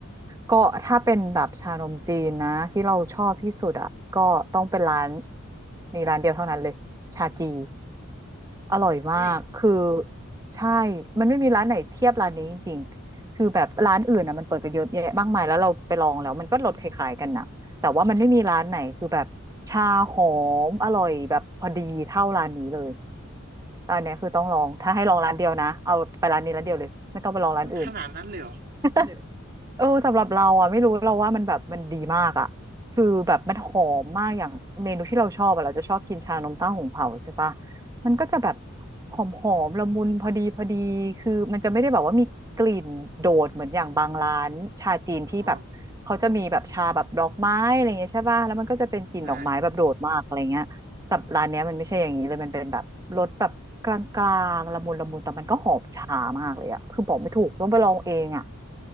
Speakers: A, on the right; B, on the right.
A: ก็ถ้าเป็นแบบชานมจีนนะที่เราชอบที่สุดอ่ะก็ต้องเป็นร้านมีร้านเดียวเท่านั้นเลยชาจี อร่อยมาก
B: เฮ้ย
A: คือใช่ มันไม่มีร้านไหนเทียบร้านนี้จริงๆคือแบบร้านอื่นอ่ะมันเปิดกันเยอะแยะมากมายแล้วเราไปลองแล้วมันก็รสคล้ายๆกันนะแต่ว่ามันไม่มีร้านไหนคือแบบชาหอมอร่อยแบบพอดีเท่าร้านนี้เลยร้านเนี้ยคือต้องลองถ้าให้ลองร้านเดียวนะเอาไปร้านนี้ร้านเดียวเลยไม่ต้องไปลองร้านอื่น
B: เฮ้ยมันขนาดนั้นเลยเหรอ
A: <laughs> เออสำหรับเราอ่ะไม่รู้เราว่ามันแบบมันดีมากอ่ะคือแบบมันหอมมากอย่างเมนูที่เราชอบอ่ะเราจะชอบกินชานมเต้าหู้เผาใช่ปะมันก็จะแบบหอมหอมละมุนพอดีพอดีคือมันจะไม่ได้แบบว่ามีกลิ่นโดดเหมือนอย่างบางร้านชาจีนที่แบบเขาจะมีแบบชาแบบดอกไม้อะไรเงี้ยใช่ปะแล้วมันก็จะเป็นกลิ่นดอกไม้แบบโดดมากอะไรเงี้ยแต่ร้านเนี้ยมันไม่ใช่อย่างนี้เลยมันเป็นแบบรสแบบกลางๆละมุนละมุนแต่มันก็หอมชามากเลยอ่ะคือบอกไม่ถูกต้องไปลองเองอ่ะ
B: เออใช่